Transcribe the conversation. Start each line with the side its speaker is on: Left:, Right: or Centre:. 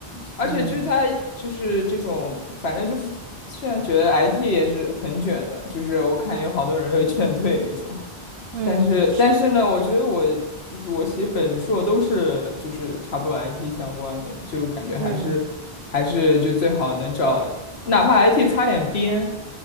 Left: 而且就是他就是这种，
Right: 嗯
Left: 反正就是现在觉得 IT 也是很卷的，就是我看有好多人会劝退那种。
Right: 嗯是
Left: 但是但是呢，我觉得我就是我写本硕都是就是差不多 IT 相关的，就感觉还是还是就最好能找，
Right: 嗯，
Left: 哪怕 IT 擦点边，